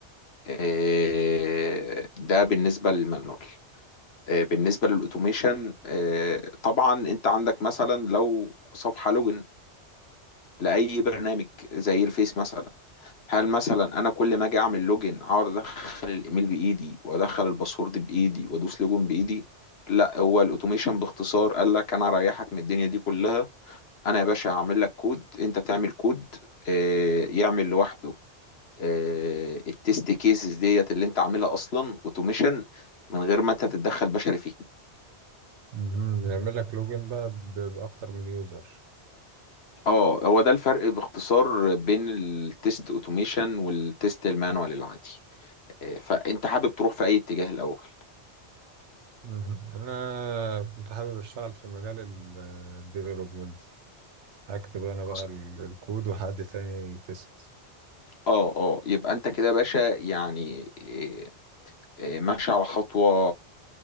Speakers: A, on the left; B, on the right.
A: آه، ده بالنسبة للمانوال آه، بالنسبة للأوتوميشن آه، طبعا أنت عندك مثلا لو صفحة لوجن لأي برنامج زي الفيس مثلا هل مثلا أنا كل ما أجي أعمل لوجن أقعد أدخل الإيميل بإيدي وأدخل الباسورد بإيدي وأدوس لوجن بإيدي لا هو الأوتوميشن باختصار قال لك أنا هريحك من الدنيا دي كلها أنا يا باشا هعمل لك كود أنت تعمل كود آه، يعمل لوحده آه، التست كيسز ديت اللي أنت عاملها أصلا أوتوميشن من غير ما أنت تتدخل بشري فيه
B: مهم. بيعمل لك لوجن بقى ب- باكتر من يوزر
A: اه هو ده الفرق باختصار بين التيست اوتوميشن والتيست المانوال العادي آه، فانت حابب تروح في اي اتجاه الاول
B: مهم. انا كنت حابب اشتغل في مجال الديفلوبمنت هكتب انا بقى
A: اصلا
B: ال- الكود وحد تاني تيست
A: اه اه يبقى انت كده يا باشا يعني آه، إيه، ماشي على خطوة